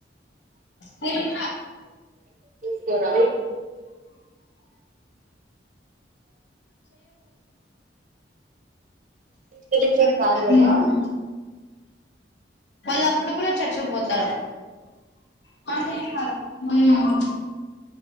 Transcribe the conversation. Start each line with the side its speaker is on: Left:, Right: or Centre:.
Left: మీరు
Right: పోరా వీళ్ళకేం కాదు కదా
Left: ఉమ్ వాళ్ళు అప్పుడు కూడా చర్చ్ కు బోత్ <unintelligible> ఉమ్